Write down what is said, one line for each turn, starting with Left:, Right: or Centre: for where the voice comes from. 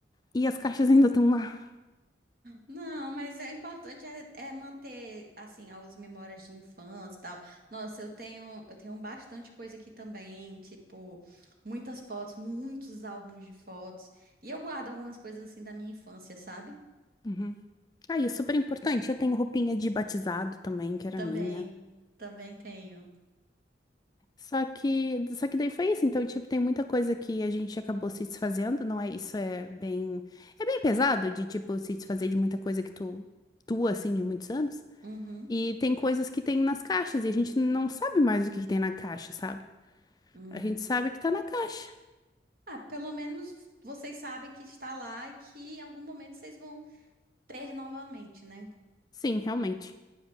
Left: E as caixas ainda estão lá.
Right: Não, mas é importante é, é manter assim as memórias de infância e tal. Nossa, eu tenho eu tenho bastante coisa aqui também, tipo muitas fotos, muitos álbuns de fotos. E eu guardo algumas coisas assim da minha infância, sabe?
Left: Uhum. Ah, e é super importante. Eu tenho roupinha de batizado também, que era
Right: Também,
Left: minha.
Right: também tenho.
Left: Só que, só que daí foi isso. Então, tipo, tem muita coisa que a gente acabou se desfazendo, não é isso? É bem, é bem pesado de, tipo, se desfazer de muita coisa que tu, tu, assim, de muitos anos.
Right: Uhum.
Left: E tem coisas que tem nas caixas e a gente não sabe mais o que que tem na caixa, sabe?
Right: Hum.
Left: A gente sabe que tá na caixa.
Right: Ah, pelo menos vocês sabem que está lá e que em algum momento vocês vão ter novamente, né?
Left: Sim, realmente.